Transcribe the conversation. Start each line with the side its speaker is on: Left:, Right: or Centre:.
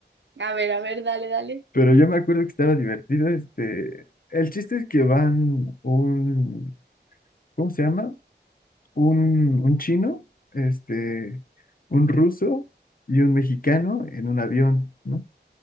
Right: a ver, a ver, dale, dale.
Left: pero yo me acuerdo que estaba divertido, este, el chiste es que van un, ¿cómo se llama? Un, un chino, este, un ruso y un mexicano en un avión, ¿no?